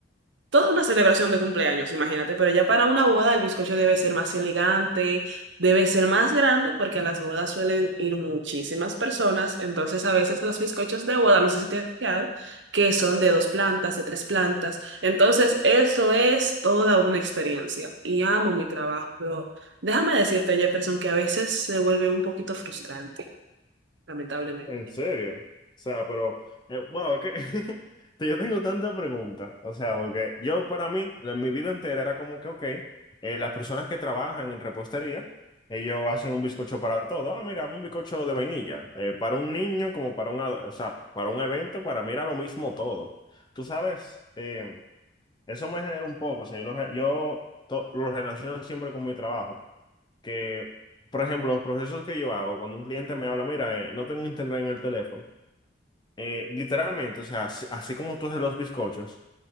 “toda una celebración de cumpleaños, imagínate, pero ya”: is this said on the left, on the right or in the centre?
Right